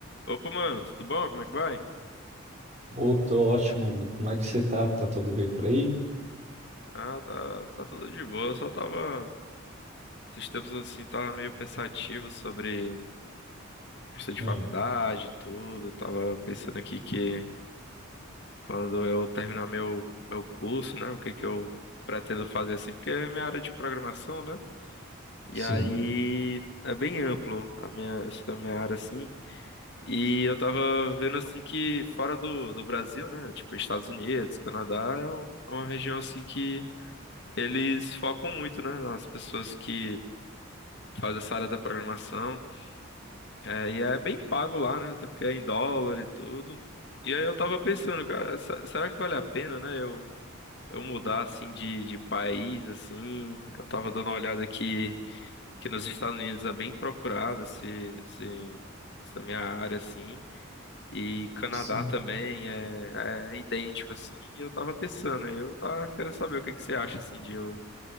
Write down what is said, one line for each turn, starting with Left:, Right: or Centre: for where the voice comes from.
Left: Opa, mano, tudo bom? Como é que vai?
Right: Ô, tô ótimo. E Como é que você tá? Tá tudo bem por aí?
Left: Ah, tá, tá tudo de boa. Eu só tava. Esses tempos assim, tava meio pensativo sobre questão de
Right: Hum,
Left: faculdade e tudo. Tava pensando aqui que quando eu terminar meu, meu curso, né? O que que eu pretendo fazer assim, porque é minha área de programação, né? E
Right: sim,
Left: aí é bem amplo a minha, essa minha área assim. E eu tava vendo assim que fora do, do Brasil, né? Tipo, Estados Unidos, Canadá, é um- é uma região assim que eles focam muito, né, nas pessoas que fazem essa área da programação. É, e é bem pago lá, né? Até porque é em dólar e tudo. E aí eu tava pensando, cara, se- será que vale a pena, né? Eu, eu mudar assim de, de país, assim. Eu tava dando uma olhada aqui que nos Estados Unidos é bem procurado esse, esse, essa minha área, assim. E Canadá
Right: sim.
Left: também é, é idêntico, assim. E eu tava pensando, eu tava querendo saber o que que você acha, assim, de eu